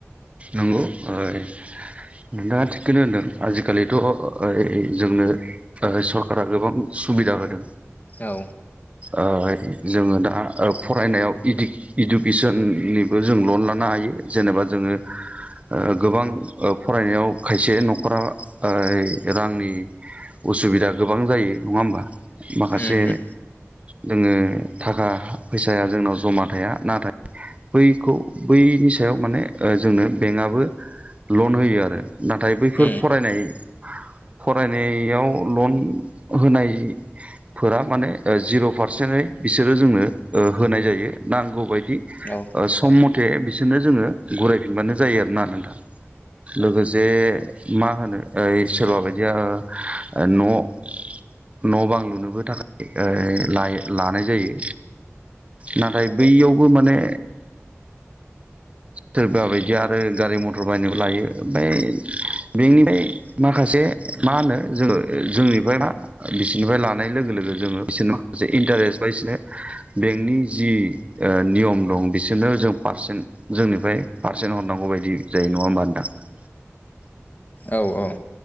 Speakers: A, on the right; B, on the left.
A: नंगौ ओ नोंथाङा थिगखौनो होनदों आजिखालिथ' ओ जोंनो सरखारा गोबां सुबिदा होदों
B: औ
A: ओ जोङो दा ओ फरायनायाव इडु-इडुकेसननिबो जों लन लानो हायो जेनेबा जोङो ओ गोबां फरायनायाव ओ खायसे न'खरा ओ रांनि उसुबिदा गोबां जायो नङा होमबा माखासे
B: उम उम
A: जोङो थाखा फैसाया जोंनाव जमा थाया नाथाय बैखौ बैनि सायाव माने जोंनो बेंकआबो लन होयो आरो नाथाय बैफोर
B: उम
A: फरायनाय फरायनायावल होनायफोरा माने ओ जिर' पारसेन्टै बिसोरो जोंनो होनाय जायो नांगौ बायदि
B: औ उम
A: सम मथे बिसोरनो जोङो गुरायफिनबानो जायो आरोना लोगोसे मा होनो ओ सोरबा बायदिया न' न' बां लुनोबो थाख ओ लायो लानाय जायो। नाथाय बै <unintelligible> माने सोरबा बायदिया आरो गारि मथर बायनोबो लायो ओमफ्राय बेंकनिफ्राय
B: उम
A: माखासे मा होनो जोङो <unintelligible> ना बिसोरनिफ्राय लानाय लोगो लोगो जोङो बिसोरनि माखासे इन्टारेस्ट बा बिसोरनो बेंकनि जि ओ‌ नियम दं बिसोरनो जों पारसेन्ट जोंनिफ्राय पारसेन्ट हरनांगौ बायदि जायो नङा होमबा नोंथां?
B: औ औ।